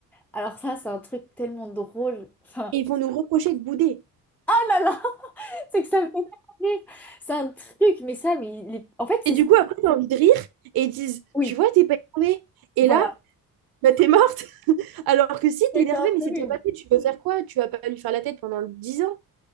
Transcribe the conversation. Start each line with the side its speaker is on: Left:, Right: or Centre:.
Centre: Alors ça, c'est un truc tellement drôle. Enfin,
Right: Et ils vont nous reprocher de bouder.
Centre: <laughs> oh là là, c'est que ça me fait tellement rire. C'est un truc, mais ça, mais il est- en fait, c'est
Right: Et du
Centre: ça.
Right: coup, après, tu envie de rire et ils disent
Centre: Oui,
Right: Tu vois, t'es pas énervé. Et
Centre: voilà.
Right: là, bah, t'es morte. <laughs> Alors que si,
Centre: C'est
Right: t'es
Centre: une expérience
Right: énervé, mais
Centre: commune.
Right: c'est déjà passé. Tu veux faire quoi Tu vas pas lui faire la tête pendant dix ans.